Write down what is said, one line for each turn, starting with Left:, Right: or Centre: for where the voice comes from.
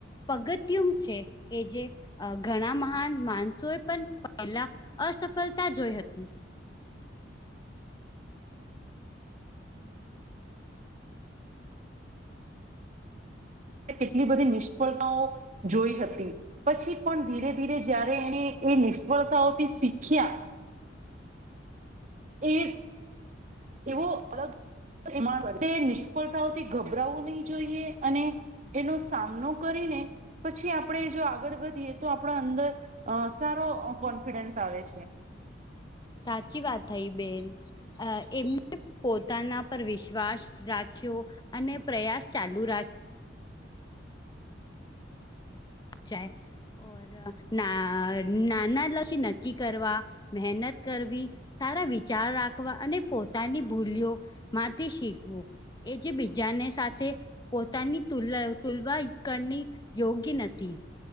Left: પગત્યુમ છે એ જ અ ઘણા મહાન માણસોએ પણ પહેલા અસફળતા જોઈ હતી.
Right: કેટલી બધી નિષ્ફળતાઓ જોઈ હતી. પછી પણ ધીરે ધીરે જ્યારે એણે એ નિષ્ફળતાઓથી શીખ્યા એક એવો અલગ એ નિષ્ફળતાઓથી ગભરાવવું નહિ જોઈએ અને એનો સામનો કરીને પછી આપણે જો આગળ વધીએ તો આપણા અંદર અ સારો કોન્ફિડન્સ આવે છે.
Left: સાચી વાત થઈ બેન અ એમને પોતાના પર વિશ્વાસ રાખ્યો અને પ્રયાસ ચાલુ રા ચાય ના નાના લક્ષી નક્કી કરવા મહેનત કરવી સારા વિચાર રાખવા અને પોતાની ભૂલીઓ માંથી શીખવું. એ જે બીજાને સાથે પોતાની તુલ તુલવા કરની યોગ્ય નથ. હમ,